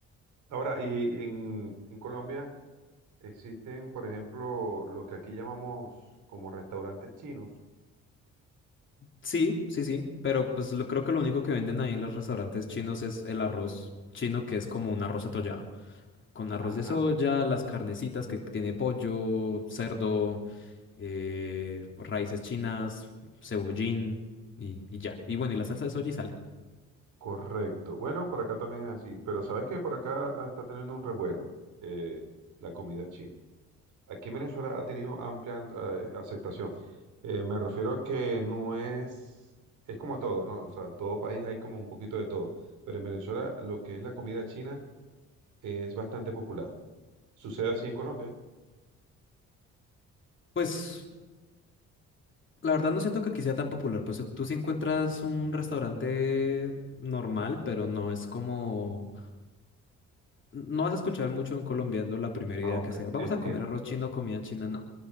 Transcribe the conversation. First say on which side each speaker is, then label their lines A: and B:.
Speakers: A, on the right; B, on the left.
A: Ahora, y en, en Colombia existen, por ejemplo, lo que aquí llamamos como restaurantes chinos.
B: Sí, sí, sí, pero pues lo, creo que lo único que venden ahí en los restaurantes chinos es el arroz chino, que es como un arroz atollado, con arroz
A: Ajá,
B: de soya, las carnecitas que tiene pollo, cerdo, eh, raíces chinas, cebollín y, y ya. Y bueno, y la salsa de soya y sale.
A: correcto. Bueno, por acá también es así, pero sabes que por acá ah, está teniendo un revuelo eh, la comida china. Aquí en Venezuela ha tenido amplia eh, aceptación. Eh, me refiero a que no es, es como todo, ¿no? O sea, todo país hay como un poquito de todo, pero en Venezuela lo que es la comida china es bastante popular. ¿Sucede así en Colombia?
B: Pues La verdad no siento que aquí sea tan popular, pues tú sí encuentras
A: No,
B: un
A: no.
B: restaurante normal, pero no es como... No vas a escuchar mucho un colombiano la primera idea
A: Ah, ok,
B: que sea, vamos
A: entiendo.
B: a comer arroz chino, comida china, no.